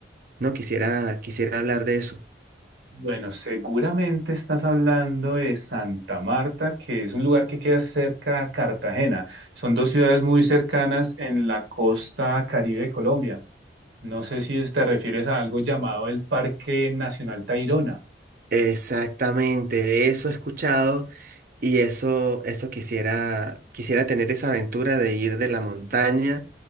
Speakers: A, on the right (about 50°); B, on the right (about 80°).
A: No quisiera, quisiera hablar de eso.
B: Bueno, seguramente estás hablando de Santa Marta, que es un lugar que queda cerca a Cartagena. Son dos ciudades muy cercanas en la costa Caribe de Colombia. No sé si es- te refieres a algo llamado el Parque Nacional Tayrona.
A: Exactamente, de eso he escuchado Y eso, eso quisiera, quisiera tener esa aventura de ir de la montaña